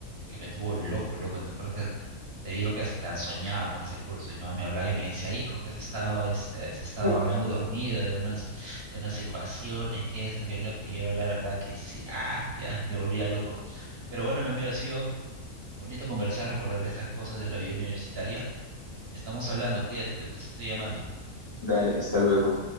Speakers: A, on the right; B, on the left.
A: que me tuvo loco, loco. Te acuerdas que te digo que hasta soñaba con ese curso. Mi mamá me hablaba y me decía, hijo, que has estado, este, has estado
B: <laughs>
A: hablando dormido de unas, de unas ecuaciones, que eso, que loco. Y yo la verdad que sí, ah, ya, me volvía loco. Pero bueno, mi amigo, ha sido bonito conversar, recordar estas cosas de la vida universitaria. Estamos hablando, cuídate, después te estoy llamando.
B: Dale, hasta luego.